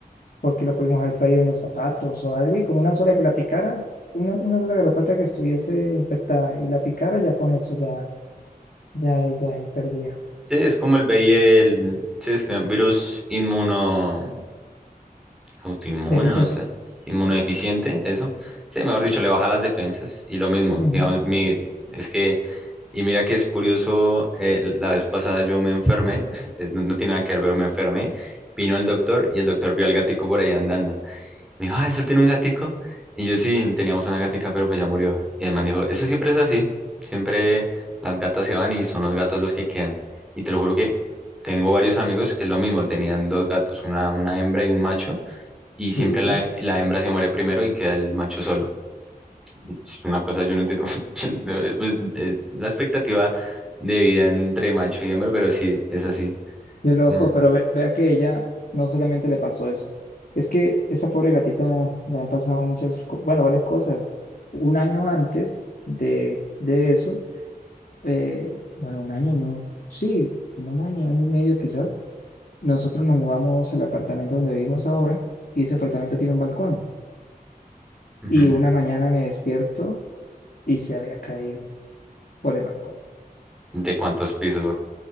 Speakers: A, on the left; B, in the centre.
A: porque lo pudimos haber traído en los zapatos o algo, y con una sola que la picara, una, una sola garrapata que estuviese infectada y la picara, ya con eso ya, ya ella ahí perdía.
B: Sí, es como el VIH, el, sí, es que virus inmuno, autoinmune,
A: Deficiente.
B: no sé, inmunodeficiente, eso. Sí, mejor dicho, le baja las defensas y lo mismo,
A: Ujú.
B: digamos, mi, es que, y mira que es curioso, eh, la vez pasada yo me enfermé, <laughs> eh, no, no tiene nada que ver, pero me enfermé, vino el doctor y el doctor vio al gatico por ahí andando. Me dijo, ah, ¿solo tiene un gatico? Y yo sí, teníamos una gatica, pero pues ya murió. Y el man dijo, eso siempre es así, siempre las gatas se van y son los gatos los que quedan. Y te lo juro que tengo varios amigos que es lo mismo, tenían dos gatos, una, una hembra y un macho, y siempre
A: Sí.
B: la, la hembra se muere primero y queda el macho solo. Es una cosa, yo no entiendo, <laughs> yo no- pues, es la expectativa de vida entre macho y hembra, pero sí, es así.
A: Qué loco,
B: sí.
A: pero ve- vea que ella no solamente le pasó eso. Es que esa pobre gatita le han pasado muchas, co- bueno, varias cosas. Un año antes de, de eso, eh, bueno, un año no, sí, como un año, año y medio quizás, nosotros nos mudamos al apartamento donde vivimos ahora y ese apartamento tiene un balcón.
B: Ujú.
A: Y una mañana me despierto y se había caído por el balcón,
B: ¿De cuántos pisos o